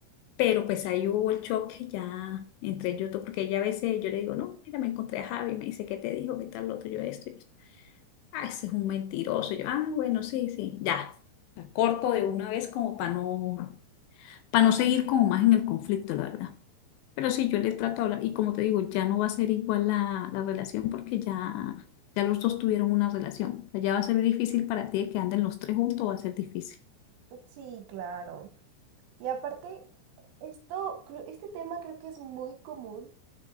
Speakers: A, on the left (about 80°); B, on the right (about 75°).
A: pero pues ahí hubo el choque ya entre ellos dos, porque ella a veces yo le digo, no, mira, me encontré a Javi, me dice, ¿qué te dijo? ¿Qué tal otro? Yo esto y esto. Ah, ese es un mentiroso. Yo, ah, bueno, sí, sí, ya. La corto de una vez como para no, para no seguir como más en el conflicto, la verdad. Pero sí, yo le trato de hablar y como te digo, ya no va a ser igual la, la relación porque ya, ya los dos tuvieron una relación. O sea, ya va a ser difícil para ti que anden los tres juntos, va a ser difícil.
B: Sí, claro. Y aparte, esto, creo- este tema creo que es muy común